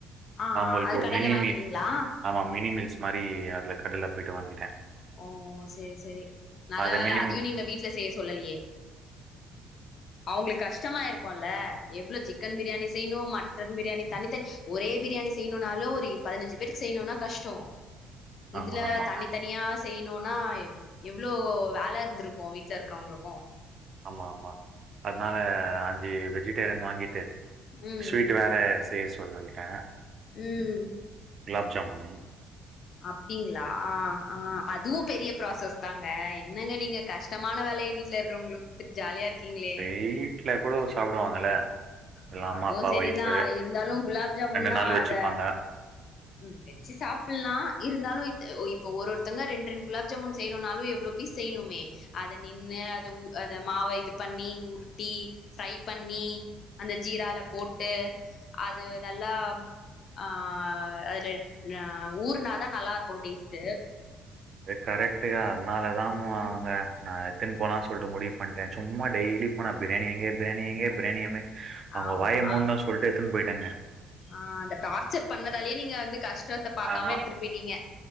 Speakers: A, on the left; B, on the right.
A: ஆ
B: அவுங்களுக்கு
A: ஆ அது
B: ஒரு
A: கடையில
B: மினி
A: வாங்கிட்டீங்களா
B: மீ ஆமா மினி மீல்ஸ் மாரி அதுல கடைல போயிட்டு வாங்கிட்ட
A: ஓ சேரி சேரி நல்ல
B: அது
A: வேல
B: மினி
A: அதயு
B: மீல்
A: நீங்க வீட்ல செய சொல்லலியே அவுங்களுக்கு கஷ்டமா இருக்கும்ல எவ்ளோ சிக்கன் பிரியாணி செய்ணு மட்டன் பிரியாணி தனித்தனி ஒரே பிரியாணி செய்ணுனாலு ஒரு பதினஞ்சி பேருக்கு செய்ணும்னா கஷ்டோ இதுல
B: ஆமா, ஆமா.
A: தனி தனியா செ ய்ணுனா எவ்ளோ வேல இருந்துருக்கு வீட்டுல இருக்கு றங்களுக்கு
B: ஆமா ஆமா அதுனால அஞ்சி வெஜிடேரியன் வாங்கிட்டு
A: ம்
B: ஸ்வீட் வேற செய்ய சொல்லிட
A: ம்
B: குலாப் ஜாம் பன்னே
A: அப்டிங்களா அ ஆ அதுவு பெரிய ப்ராசஸ் தாங்க என்னங்க நீங்க கஷ் டமான வேலய வீட்டுல இருக்கிறங்களுக்கு குடுத்துட்டு ஜாலியா இருக்கீங்களே
B: வீட்ல கூட சாப்பிடுவாங்கல்ல.
A: ஆமா
B: எல்லாம் அம்மா,
A: அதுவு
B: அப்பா,
A: சேரிதா
B: ஒய்ஃபு
A: இருந்தாலு குலாப் ஜாமுன்னா
B: நாள் வச்சுப்பாங்க.
A: அத ம் வச்சி சாப்பில்லா இருந்தாலு இப்ப ஒரு ஒருத்தங்க ரெண்ட் ரெண்ட் குலாப் ஜாமுன் செய்ணும்னாலு எவ்ளோ பீஸ் செய்ணுமே அத நின்னு அத உ அந்த மாவ இது பண்ணி உருட்டி ஃப்ரை பண்ணி அந்த ஜீரால போட்டு அது நல்லா ஆ அதுல ஊர்னா தா நல்லாருக்கு டேஸ்ட்டு
B: கரெக்ட்டு தா அதனாலதா அவுங்க
A: ம்
B: நா எடுத்துனு போனா சொல்லிட்டு முடிவு பண்ணிட்டே. சும்மா டெய்லி போனா ப்ரியாணியெங்கே ப்ரியாணியெங்கே ப்ரியாணி <inaudible> அவுங்க
A: ஆமா
B: வாய மூட்ணு சொல்லிட்டு எடுத்துன்னு போயிட்டேங்க!
A: ஆ அந்த டார்ச்சர் பண்ணதாலயே நீங்க வந்து கஷ்டத்த பாக்காம
B: ஆமா.
A: எடுத்துட்டு போய்ட்டீங்க